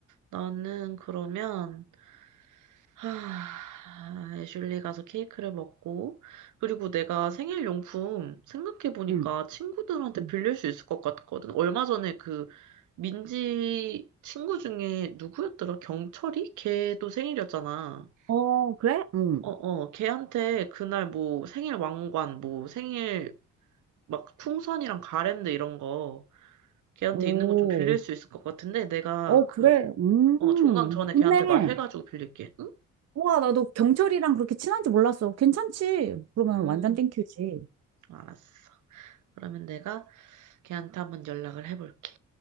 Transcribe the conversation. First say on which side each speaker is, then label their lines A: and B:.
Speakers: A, on the right; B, on the right.
A: 나는 그러면, 하, 애슐리 가서 케이크를 먹고, 그리고 내가 생일 용품 생각해보니까
B: 응.
A: 친구들한테
B: 응.
A: 빌릴 수 있을 것 같거든. 얼마 전에 그 민지 친구 중에 누구였더라? 경철이? 걔도 생일이었잖아.
B: 어, 그래? 응.
A: 어, 어, 걔한테 그날 뭐 생일 왕관, 뭐 생일 막 풍선이랑 가랜드 이런 거 걔한테
B: 오.
A: 있는 거 좀 빌릴 수 있을 것 같은데 내가
B: 어, 그래.
A: 그,
B: 음.
A: 어, 종강 전에
B: 좋네.
A: 걔한테 말해가지고 빌릴게. 응?
B: 우와, 나도 경철이랑 그렇게 친한지 몰랐어. 괜찮지? 그러면
A: 음,
B: 완전 땡큐지.
A: 알았어. 그러면 내가 걔한테 한번 연락을 해볼게.